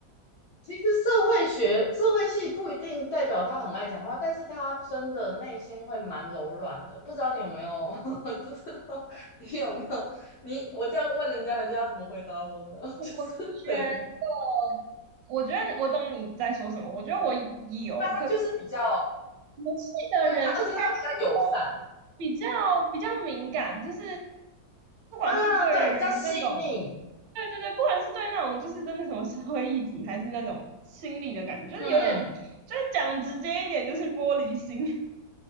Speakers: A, on the left; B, on the right.
A: 其实社会学、社会系不一定代表他很爱讲话，但是他真的内心会蛮柔软的。不知道你有没有，<laughs> 知道你有没有？你我这样问人家，人家要怎么回答我呢？
B: <laughs> 我觉得，
A: <laughs> 就是对
B: 我觉得我懂你在说什么。我觉得我有，
A: 他就是比较
B: 可我们系的人应该说
A: 对他，而且他比较友善
B: 比较比较敏感，就是不管是对于那种，
A: 啊，对，比较细腻。
B: 对对对，不管是对那种就是真的什么社会议题，还是那种心理的感觉，
A: 嗯，
B: 就是有点，就是讲直接一点，就是玻璃心，<laughs>